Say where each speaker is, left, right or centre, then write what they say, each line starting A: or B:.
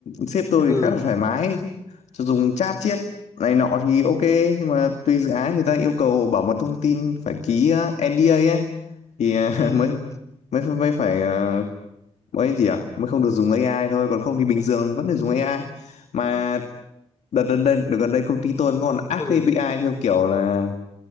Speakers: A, on the left (about 80°); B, on the left (about 25°).
A: sếp tôi
B: Ừ,
A: thì khá là thoải mái cho dùng chat chiếc này nọ thì ok nhưng mà tùy dự án người ta yêu cầu bảo mật thông tin phải ký uh, NDA ấy thì uh,
B: ừ,
A: <laughs> mới mới mới phải ờ, mới gì ạ, mới không được dùng AI thôi còn không thì bình thường vẫn phải dùng AI mà đợt gần đây đợt gần đây công ty tôi nó còn áp
B: ừ,
A: cái API theo kiểu là